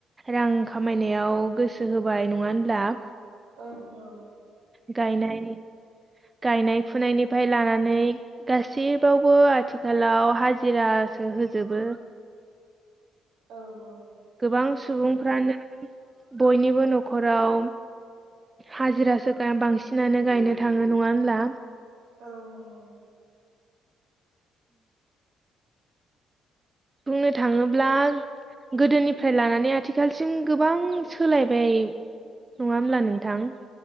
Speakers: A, on the right; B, on the right.
A: रां खामायनायाव गोसो होबाय नङा होनब्ला दा
B: औ औ
A: गायनाय गायनाय फुनायनिफ्राय लानानै गासैबावबो आथिखालाव हाज जिरासो होजोबो
B: औ औ
A: गोबां सुबुंफ्रानो बयनिबो न'खराव हाजिरासो गा बांसिनानो गायनो थाङो नङा होनब्ला
B: औ नंगौ
A: बुंनो थाङोब्ला गोदोनिफ्राय लानानै आथिखालसिम गोबां सोलायबाय। नङा होमब्ला नोंथां?